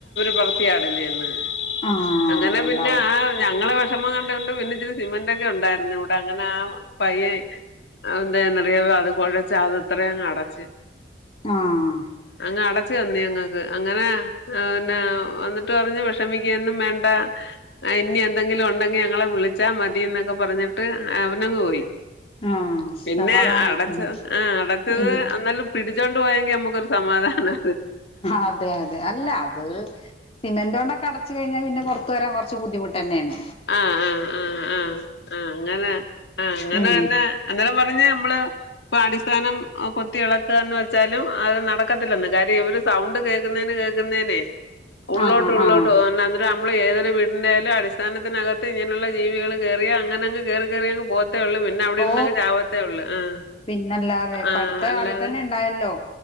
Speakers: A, on the left; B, on the left.
A: പൊറത്ത് ചാടുന്നന്ന്
B: ആഹ്
A: അങ്ങനെ
B: അതുകൊണ്ടാവും
A: പിന്നെ ആ ഞങ്ങളെ വിഷമം കണ്ട കൊണ്ട് പിന്നെ ഇച്ചിരി സിമെന്റൊക്കെ ഉണ്ടായിരുന്നു ഇവിടെ അങ്ങനെ ആ പയ്യെൻ ന്തനിറിയ വോ അത് കുഴച്ച അത് ഇത്രയും അങ്ങ് അടച്ച്
B: ആഹ
A: അങ്ങ് അടച്ചു തന്നിയ ങ്ങക്ക് അങ്ങനെ പിന്നെ വന്നി ട്ടറിഞ്ഞു വിഷമിക്കുകൊന്നും വേണ്ട ഇനി എന്തെങ്കിലും ഉണ്ടെങ്കി ഞങ്ങളെ വിളിച്ചാ മതി എന്നൊക്കെ പറഞ്ഞിട്ട് അവനങ്ങ് പോയി
B: ആഹ്
A: പിന്നെ
B: സമാധാനം
A: അടച്ച
B: ഉം
A: ആഹ അടച്ചത്
B: ഉം
A: അന്നലും പിടിച്ചുകൊണ്ട് പോയെങ്കിൽ നമുക്കൊരു സമാധാനാണ്
B: അതെ അതെ അല്ല അത് സിമന്റ കൊണ്ടൊക്ക അടച്ചു കഴിഞ്ഞാ പിന്നെ പുറത്തു വരാൻ കുറച്ച് ബുദ്ധിമുട്ട തന്നെയാണ്
A: ആഹ ആഹ ആഹ് ആഹ് ആ അങ്ങനെ ആഹ അങ്ങനെ
B: ഉം
A: എന്ന അങ്ങനെ പറഞ് അമ്മളെ ഇപ്പൊ അടിസ്ഥാനം കൊത്തി ഇളക്കുകന്ന് വെച്ചാലും അത് നടക്കത്തില്ലെന്ന് കാര്യം ഇവര് സൗണ്ട് കേൾക്കുന്നതിന് കേൾക്കുന്നേനെ
B: <unintelligible>
A: ഉള്ളോട്ട് ഉള്ളോട്ട്
B: ആഹ്
A: പോകും അന്നേരം നമ്മള് ഏതൊരു വീടിന്റൊയാലും അടി സംസ്ഥാനത്തിനകത്ത് ഇങ്ങനെയുള്ള ജീവികൾ കയറിയ അങ്ങന അങ്ങ് കറി കയറി അങ്ങ് പോകത്തെ ഉള്ളു പിന്നെ അവിടെ
B: ഓ....
A: ഇരുന്നങ്ങ് ചാവത്തേ ഉള്ളൂ ആഹ്
B: പിന്നല്ലാതെ ഇപടുത്ത
A: ആഹ് അല്ലാതെ
B: കാലത്തന്നെ ഇണ്ടായല്ലോ